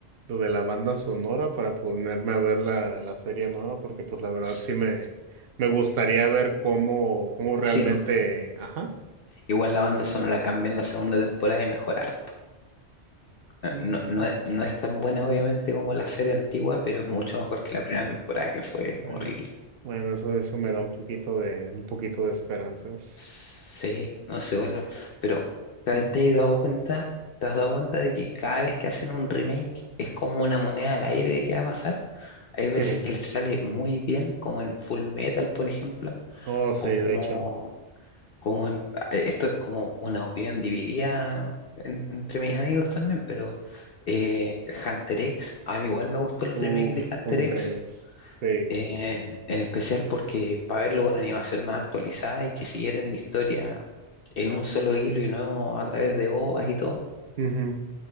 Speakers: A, on the right (about 60°); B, on the left (about 60°).
A: lo de la banda sonora para ponerme a ver la, la serie nueva, porque pues la verdad
B: S-
A: sí me, me gustaría ver cómo, cómo realmente,
B: Sí, no.
A: ajá.
B: Igual la banda sonora cambia en la segunda temporada y mejora harto. Eh,
A: Mm,
B: No, no es, no es tan buena obviamente como la serie antigua, pero es mucho mejor que la primera temporada que fue horrible.
A: ah, Bueno, eso, eso me da un poquito de, un poquito de esperanzas.
B: Sí, no sé, bueno, pero ¿te,
A: Ujú.
B: te has dado cuenta? ¿Te has dado cuenta de que cada vez que hacen un remake es como una moneda al aire de qué va a pasar? Hay veces
A: Sí,
B: que les sale muy bien, como en Full Metal, por ejemplo,
A: oh
B: o
A: sí, de
B: como,
A: hecho.
B: como en- eh, esto es como una opinión dividida en- entre mis amigos también, pero eh, Hunter X, a mí igual me gustó el
A: Ujú.
B: remake
A: Uf,
B: de Hunter
A: un
B: X
A: Terex. Sí.
B: eh, en especial porque para verlo con animación más actualizada y que siguieran la historia en un solo hilo y no a través de OVAs y todo.
A: Ujú.